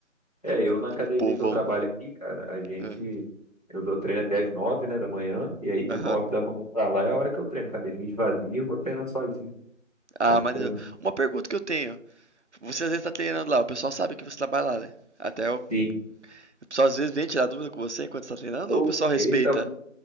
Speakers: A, on the left; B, on the right.
A: é, eu na
B: com
A: academia
B: o povão.
A: que eu trabalho aqui, cara, a gente.
B: É.
A: Eu dou treino até as nove, né, da manhã, e aí de
B: Aham.
A: nove da manhã pra lá é a hora que eu treino. Academia esvazia, eu vou treinar sozinho.
B: Ah,
A: Aí eu
B: maneiro.
A: treino.
B: Uma pergunta que eu tenho. Você às vezes tá treinando lá, o pessoal sabe que você trabalha lá, né? Até eu
A: Sim.
B: O pessoal às vezes vem tirar dúvida com você enquanto você tá treinando
A: Eu,
B: ou o pessoal respeita?
A: eita,